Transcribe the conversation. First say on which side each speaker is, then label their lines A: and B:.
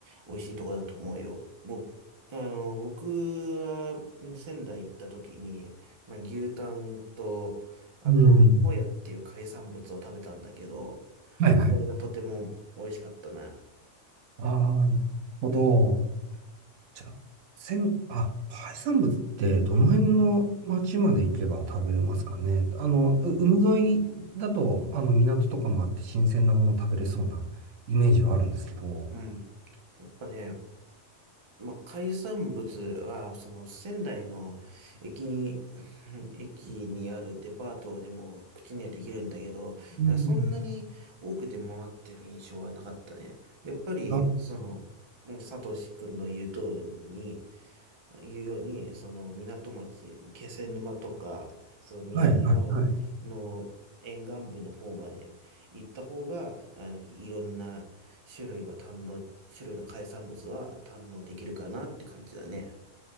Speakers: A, on the right (about 30°); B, on the right (about 80°).
A: 美味しいとこだと思うよ。僕、あの、僕は仙台行った時に、まあ牛タンと、あと、
B: うん。
A: ホヤっていう海産物を食べたんだけど、
B: はいはい。
A: まあ、これがとても美味しかったな。
B: ああ、なるほど。じゃあ、仙、あ、海産物ってどの辺の町まで行けば食べれますかね。あの、う海沿いだと、あの、港とかもあって新鮮なもの食べれそうなイメージはあるんですけど。
A: うん。やっぱね、まあ、海産物は、その仙台の駅に、<laughs> 駅にあるデパートでも口にはできるんだけど、
B: うん
A: そんなに多く出回ってる印象はなかったね。やっぱり、
B: あ、
A: その、うんサトシ君の言う通りに、いうように、その港町、気仙沼とか、その宮島
B: はいはいはい。
A: の沿岸部の方まで行った方が、あいろんな種類は堪能、種類の海産物は堪能できるかなって感じだね。